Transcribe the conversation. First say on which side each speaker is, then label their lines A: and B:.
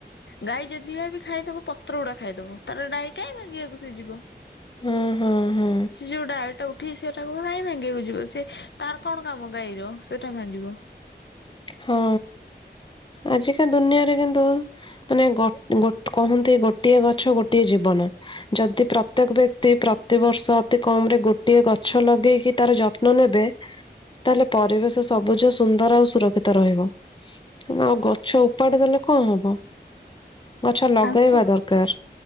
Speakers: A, on the left; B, on the left.
A: ଗାଈ ଯଦି ଆବି ଖାଇଦବ ପତ୍ର ଗୁଡା ଖାଇଦବ ତାର ଡାହି କାହିଁ ଭାଙ୍ଗିବାକୁ ସେ ଯିବ
B: ହଁ ହଁ ହଁ
A: ସେ ଯଉ ଡାଳଟାକୁ ଏଠି ସେଟାକୁ କାଇଁ ଭାଙ୍ଗିବାକୁ ଯିବ ସିଏ ତାର କଣ କାମ ଗାଈର ସେଇଟା ଭାଙ୍ଗିବ
B: ହଁ ଆଜିକା ଦୁନିଆରେ କିନ୍ତୁ ମାନେ କ କ କହନ୍ତି ଗୋଟିଏ ଗଛ ଗୋଟିଏ ଜୀବନ ଯଦି ପ୍ରତ୍ୟେକ ବ୍ୟକ୍ତି ପ୍ରତିିବର୍ଷ ଅତି କମରେ ଗୋଟିଏ ଗଛ ଲଗେଇକି ତାର ଯତ୍ନ ନେବେ ତାହେଲେ ପରିବେଶ ସବୁଜ ସୁନ୍ଦର ଆଉ ସୁରକ୍ଷିତ ତ ରହିବ କି ଆଉ ଗଛ ଉପାଡି ଦେଲେ କଣ ହବ ଗଛ ଲଗେଇବା
A: ତାଙ୍କ
B: ଦରକାର